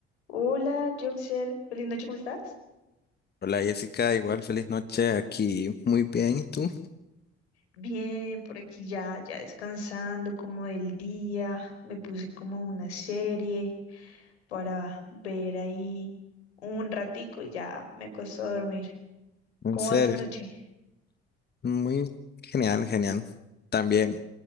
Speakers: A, on the left; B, on the left.
A: Hola, Joxer. Feliz noche, ¿cómo estás?
B: Hola Jessica, igual feliz noche aquí. Muy bien, ¿y tú?
A: Bien, por aquí ya, ya descansando como del día. Me puse como una serie para ver ahí un ratico y ya me acosté a dormir.
B: En
A: ¿Cómo
B: serio,
A: va tu noche?
B: muy genial, genial. También